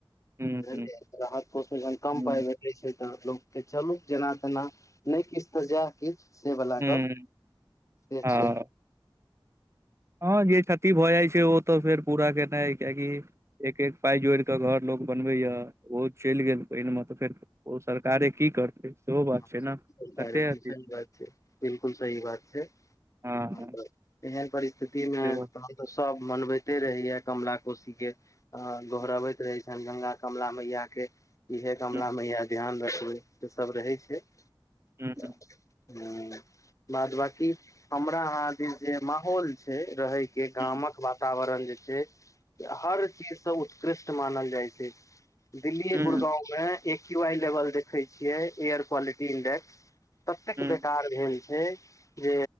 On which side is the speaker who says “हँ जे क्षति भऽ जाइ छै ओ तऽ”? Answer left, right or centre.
Right